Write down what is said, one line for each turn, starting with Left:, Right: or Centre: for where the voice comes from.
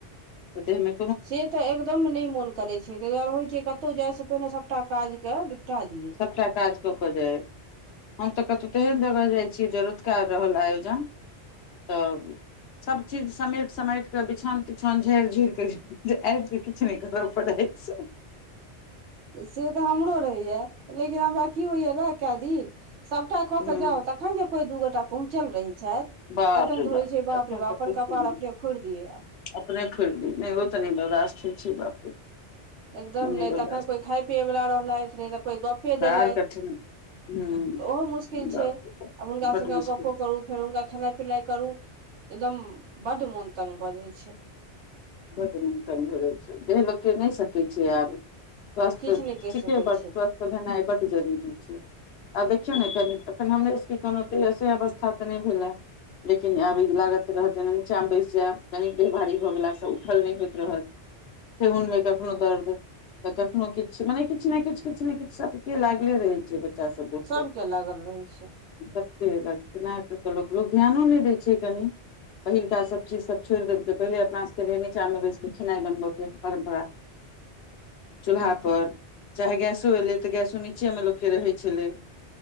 Left: तऽ देहमे
Right: से तऽ एकदम नहि मोन करै छै ताहि दुआरे होइ छै कतहु जाइ सऽ पहिने सभटा काजके निपटा दियै
Left: सबटा काज कऽ कऽ जाइ हम तऽ कतहु तेहन जगह जाइ छियै जे रातुका रहल आयोजन तऽ सब चीज समेट समाटि तऽ बिछौन तिछौन झार झुरी कऽ जे आबि कऽ किछु नहि करऽ पड़ैए रातिसॅं
Right: से तऽ हमरो रहैया लेकिन हमरा की होइया कए दिन सभटा कऽ-कऽ
Left: हँ
Right: जाउ तखन जे कोइ दू गोटा पहुँचल रहै छथि
Left: बाप
Right: तखन
Left: रे
Right: तऽ होइ छै बाप
Left: तखन
Right: रे
Left: तऽ
Right: बाप अपन
Left: पूछू
Right: कपार
Left: नहि
Right: अपने फोड़ि दियै आब
Left: अपने फोरिली नहि ओ तऽ नहि बर्दाश्त होइ छै बाप रे
Right: एकदम
Left: ओ
Right: नहि
Left: बर्दाश्त
Right: तखन कोइ खाइ पीयैवला रहलथि नहि तऽ कोइ गप्पे
Left: बड़
Right: देलथि
Left: कठिन हूं बाप
Right: तऽ ओहो मुश्किल छै
Left: रे बाप,
Right: आब हुनका
Left: बड
Right: संगे
Left: मुश्किल
Right: गप्पो करू फेर हुनका खेनाइ पिनाइ करू एकदम बड्ड मोन तंग भऽ जाय छै।
Left: बड मन तंग भऽ जायछै। देहि लोक के नय सकै छै आब। स्वास्थ्य
Right: किछु नहि कहि
Left: ठीके
Right: सकैत
Left: ब
Right: छै
Left: स्वास्थ्य भेनाए बड जरूरी छै। आब देखियौ ने कनि एखन हमरे सभके कोनोसे अवस्था तऽ नय भेलैय। लेकिन अभी लागत रहत जेना नीचां मे बैसि जाय कनि देहभारी भऽ गेला सऽ। ऊठल नय होइत रहत ठेंघुन मे कखनो दर्द तऽ कखनो किछु मने किछु ने किछु किछु ने किछु सबके लागले रहे छै। अच्छासँ दुःखत।
Right: सभके लागल रहै छै
Left: सबके कैना क के लोक लोक ध्यानो नय दै छै कनि। पहिलका सब चीज सब छोड़ि देलकै पहिले अपना सबके रहेय जे निचा मे बैस कऽ खेनाय बनबे <unintelligible> <unintelligible> चूल्हा पर चाहे गैसो एलै तऽ गैसो नीचे मे लोक केँ रहैत छलै।